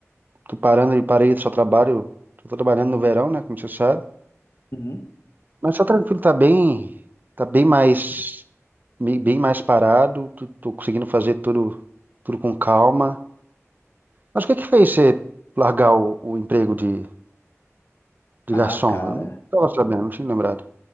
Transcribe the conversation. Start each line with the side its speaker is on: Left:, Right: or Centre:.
Right: Tô parando de parei, só trabalho. Tô trabalhando no verão, né? Como você sabe.
Left: Uhum.
Right: Mas tá tranquilo, tá bem. Tá bem mais, bem bem mais parado. Tô, tô conseguindo fazer tudo, tudo com calma. Mas o que que fez você largar o, o emprego de, de
Left: Ah,
Right: garçom?
Left: cara.
Right: Eu não tava sabendo, não tinha lembrado.